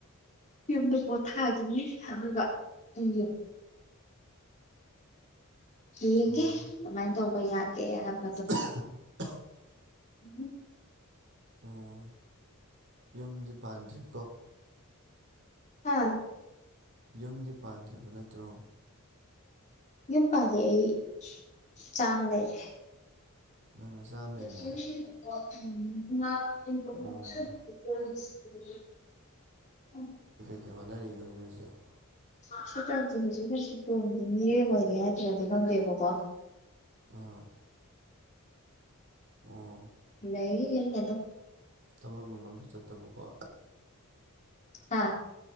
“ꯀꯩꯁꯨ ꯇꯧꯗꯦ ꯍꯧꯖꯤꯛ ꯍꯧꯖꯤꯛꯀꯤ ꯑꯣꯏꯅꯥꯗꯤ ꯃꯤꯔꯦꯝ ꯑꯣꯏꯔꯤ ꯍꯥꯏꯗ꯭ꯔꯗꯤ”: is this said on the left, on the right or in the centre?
Left